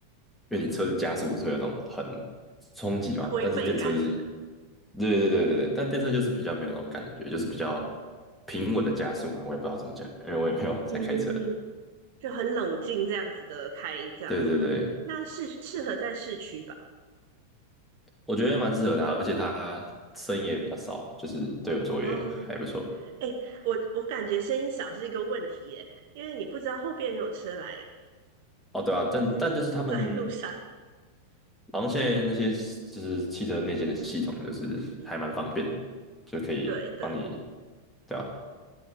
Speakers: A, in the centre; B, on the right.
A: 因为你车子加速不是会有那种很冲击嘛，
B: 推背感？
A: 但是电车就是，对对对对对，但电车就是比较没有那种感觉，就是比较平稳的加速嘛，我也不知道怎么讲，因为我也没有在开车。
B: 嗯，就很冷静这样子的开这样，
A: 对对对，
B: 那是适合在市区吧？
A: 我觉得蛮适合的啊而且它声音也比较少，
B: 是。
A: 就是对我说也还不错。
B: 哦，哎，我我感觉声音小是一个问题耶，因为你不知道后边有车来，
A: 哦，对啊，但但就是他们
B: 就是你在路上，
A: 好像现在那些就是汽车内建的系统，就是还蛮方便，
B: 对
A: 就可以帮你，
B: 对。
A: 对啊，